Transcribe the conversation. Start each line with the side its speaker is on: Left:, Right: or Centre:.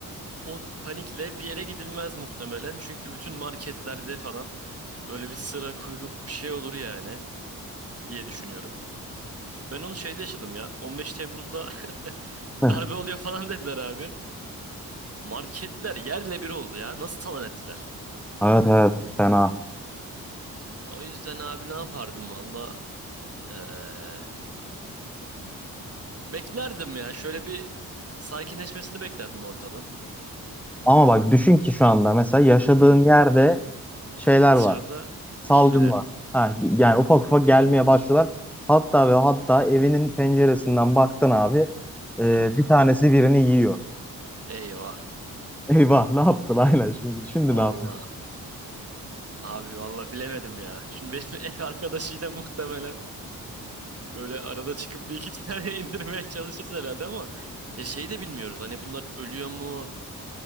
Right: o panikle bir yere gidilmez muhtemelen. Çünkü bütün marketlerde falan böyle bir sıra kuyruk bir şey olur yani diye düşünüyorum. Ben onu şeyde yaşadım ya. 15 Temmuz'da <laughs>
Centre: Heh,
Right: darbe oluyor falan dediler abi. Marketler yerle bir oldu ya. Nasıl talan ettiler?
Centre: Evet evet fena.
Right: O yüzden abi ne yapardım valla? Ee, beklerdim ya. Şöyle bir sakinleşmesini beklerdim ortalığın.
Centre: Ama bak düşün ki şu anda mesela yaşadığın
Right: Hı hı.
Centre: yerde şeyler
Right: Dışarıda
Centre: var. salgın
Right: zombiler.
Centre: var. Ha, yani ufak ufak gelmeye başlıyorlar. Hatta ve hatta evinin penceresinden baktın abi e,
Right: Evet
Centre: bir
Right: abi.
Centre: tanesi birini yiyor.
Right: Eyvah.
Centre: <laughs> Eyvah ne yaptın aynen şimdi, şimdi
Right: Valla.
Centre: ne yapıyorsun?
Right: Abi valla bilemedim ya. Şimdi benim <laughs> ev arkadaşıyla muhtemelen böyle arada çıkıp bir iki tane <laughs> indirmeye çalışırız herhalde ama ya şey de bilmiyoruz. Hani bunlar ölüyor mu?